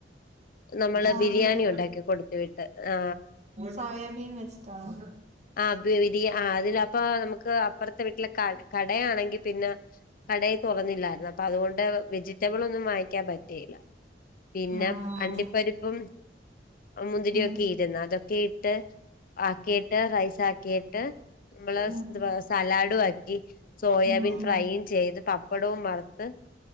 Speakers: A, on the left; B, on the right.
A: നമ്മള്
B: രാവിലെ
A: ബിരിയാണി ഉണ്ടാക്കി കൊടുത്ത് വിട്ട് ആ
B: സോയാബീൻ വെച്ചിട്ടാണോ
A: ആ ബിരി ആ അതില് അപ്പോ നമുക്ക് അപ്പുറത്തെ വീട്ടില് കട കടയാണെങ്കിൽ പിന്നെ കട തുറന്നില്ലായിരുന്നു അപ്പൊ അതുകൊണ്ട് വെജിറ്റബിൾ ഒന്നും വാങ്ങി ക്കാൻ പറ്റിയില്ല പിന്നെ
B: ആഹ്
A: അണ്ടിപ്പരിപ്പും മുന്തിരിയൊക്കെയേ
B: ഉം
A: ഇരുന്ന് അതൊക്കെ ഇട്ട് ആക്കീട്ട് റൈസാക്കിയിട്ട് നമ്മള്
B: ഉം
A: <unintelligible> സലാഡും ആക്കി സോയാബീൻ
B: ഉം ഉം
A: ഫ്രൈയും ചെയ്ത് പപ്പടവും വറത്ത്